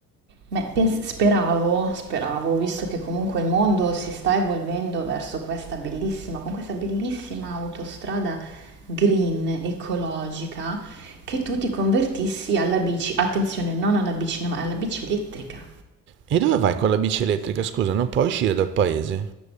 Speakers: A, on the right (about 75°); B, on the right (about 25°).
A: ma pens- speravo, speravo, visto che comunque il mondo si sta evolvendo verso questa bellissima, con questa bellissima autostrada green, ecologica, che tu ti convertissi alla bici, attenzione, non alla bici, no, ma alla bici elettrica.
B: E dove vai con la bici elettrica? Scusa, non puoi uscire dal paese?